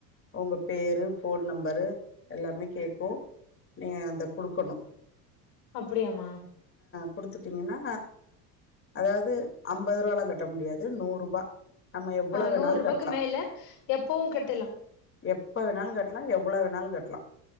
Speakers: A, on the left; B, on the left.
A: உங்க பேரு ஃபோன் நம்பரு எல்லாமே கேக்கு நீங்க அத குடுக்கணு
B: அப்புடியா மா
A: குடுத்துட்டீங்குனா அதாவ்து அம்பது ருவாலா கட்ட முடியாது நூருபா நம்ம எவ்வுள
B: ஆ
A: வேணாலு
B: நூறு ரூபாக்கு
A: கட்லா
B: மேல எப்பவு கட்டலா
A: எப்ப வேணாலு கட்லா எவ் வுள வேணாலு கட்லா